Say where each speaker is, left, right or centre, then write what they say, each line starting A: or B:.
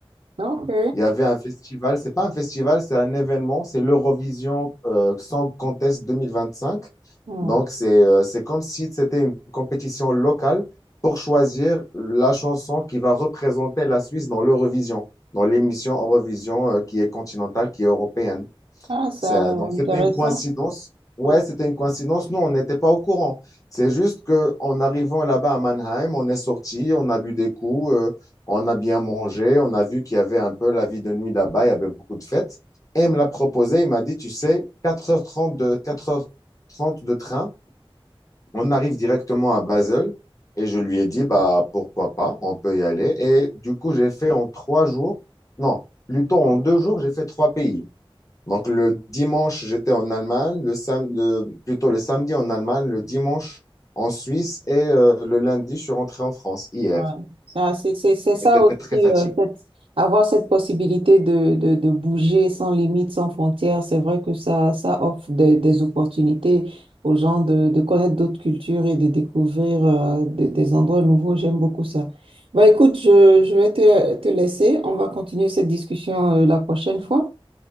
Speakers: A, on the right (about 85°); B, on the left (about 35°).
A: Ok.
B: Il y avait un festival, c'est pas un festival, c'est un événement, c'est l'Eurovision euh, Song Contest 2025.
A: Mhm.
B: Donc, c'est euh, c'est comme si c'était une compétition locale pour choisir la chanson qui va représenter la Suisse dans l'Eurovision, dans l'émission Eurovision euh, qui est continentale, qui est européenne.
A: Ah, ça
B: Ça-
A: a l'air
B: donc,
A: intéressant.
B: c'était une coïncidence. Ouais,
A: Ouais.
B: c'était une coïncidence. Nous, on n'était pas au courant. C'est juste que en arrivant là-bas à Mannheim, on est sorti, on a bu des coups, euh, on a bien mangé, on a vu qu'il y avait un peu la vie de nuit là-bas, il y avait beaucoup de fêtes. Et il me l'a proposé, il m'a dit, tu sais, 4h30 de, 4h30 de train, on arrive directement à Basel. Et je lui ai dit, bah, pourquoi pas, on peut y aller. Et du coup, j'ai fait en trois jours, non, plutôt en deux jours, j'ai fait trois pays. Donc le dimanche, j'étais en Allemagne, le sam- le- plutôt le samedi en Allemagne, le dimanche en Suisse et euh, le lundi, je suis rentré en France hier.
A: Ouais. Ça, C'est c'est- c'est ça
B: Et c'était
A: aussi,
B: très fatigué.
A: euh, cette- avoir cette possibilité de, de, de bouger sans limite, sans frontières, c'est vrai que ça, ça offre des, des opportunités aux gens de, de connaître d'autres cultures et de découvrir euh, de- des endroits nouveaux. J'aime beaucoup ça. Bah, écoute, je, je vais te, te laisser. On va continuer cette discussion euh, la prochaine fois.